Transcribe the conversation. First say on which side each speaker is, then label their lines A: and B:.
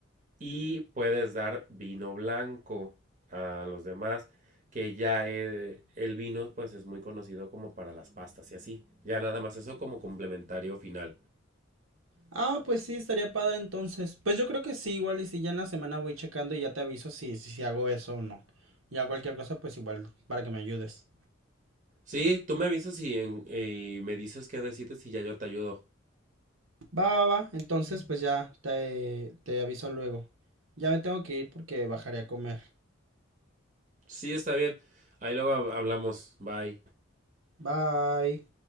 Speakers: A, on the right; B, on the right.
A: y puedes dar vino blanco a los demás, que ya eh, el vino pues es muy conocido como para las pastas y así. Ya nada más eso como complementario final.
B: Ah, pues sí, estaría padre entonces. Pues yo creo que sí, igual y si ya en la semana voy checando y ya te aviso si, si, si hago eso o no. Ya cualquier cosa, pues igual para que me ayudes.
A: Sí, tú me avisas y, en- y me dices qué decides y ya yo te ayudo.
B: Va, va, va. Entonces, pues ya te, te aviso luego. Ya me tengo que ir porque bajaré a comer.
A: Sí, está bien. Ahí luego hab- hablamos. Bye.
B: Bye.